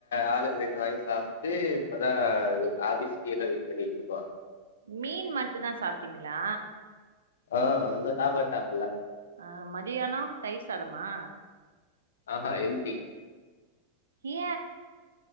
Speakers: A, on the left; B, on the right.
A: ஆளுக்கு ரெண்டு வாங்கி சாப்ட்டு அப்பதா ஆஃபீஸ கீழே வெயிட் பண்ணிட் இருப்போ
B: மீன் மட்டுந்தா சாப்ட்டீங்களா
A: ஆ இன்னு சாப்பாடு சாப்புல்ல
B: அ மதியானம் தயிர் சாதமா
A: ஆஹ எம்பி
B: ஏ